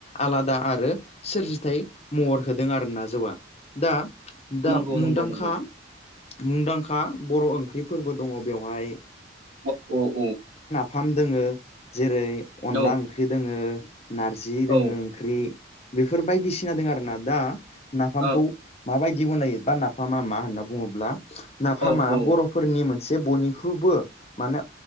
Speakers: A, on the left; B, on the right.
A: आलादा आरो सोरजिथाय महर होदों आरो ना जौआ दा दा
B: नंगौ
A: मुंन्दांखा
B: नंगौ नंगौ
A: मुंदांखा बर' ओ फुख्रिफोरबो दङ बेवहाय,
B: अ औ औ
A: फाम दोङो जेरै अनला
B: औ
A: ओंख्रि दोङो, नारजि दोंङो
B: औ
A: ओंख्रि बेफोर बायदिसिना दोंङो आरो ना दा नाफामखौ
B: औ
A: माबायदि बनायो, बा नाफामा मा? होनना बुङोब्ला नाफामा
B: औ औ
A: बर' मोनसे बयनिख्रुबो माने